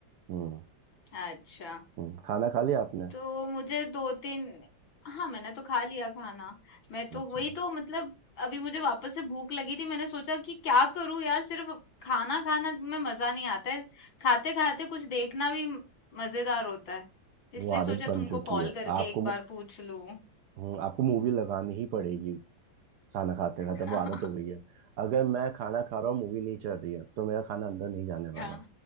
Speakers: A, on the right; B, on the left.
A: हम्म
B: अच्छा
A: हम्म, खाना खा लिया आपने
B: तो मुझे दो तीन हाँ मैंने तो खा लिया खाना मैं तो
A: अच्छा
B: वही तो मतलब अभी मुझे वापस से भूख लगी थी मैंने सोचा कि क्या करूं यार सिर्फ खाना खाना में मजा नहीं आता है खाते खाते कुछ देखना भी म- मजेदार होता है
A: वो
B: इसलिए
A: आदत
B: सोचा
A: बन
B: तुमको
A: चुकी
B: कॉल
A: है
B: करके
A: आपको
B: एक बार
A: मु-
B: पूछ लूं
A: हम्म, आपको मूवी लगानी ही पड़ेगी खाना खाते
B: <laughs>
A: खाते वो आदत हो गई है अगर मैं खाना खा रहा हूँ मूवी नहीं चल रही है तो मेरा खाना अंदर नहीं जाने वाला
B: हाँ